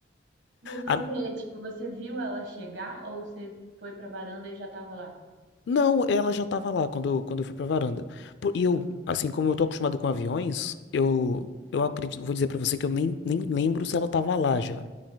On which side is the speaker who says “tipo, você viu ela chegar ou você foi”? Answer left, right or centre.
Right